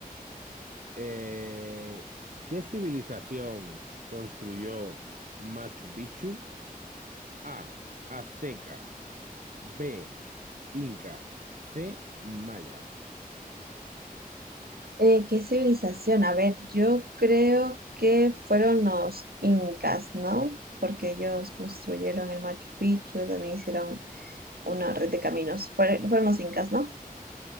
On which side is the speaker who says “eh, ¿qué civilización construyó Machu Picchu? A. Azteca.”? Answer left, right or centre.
Right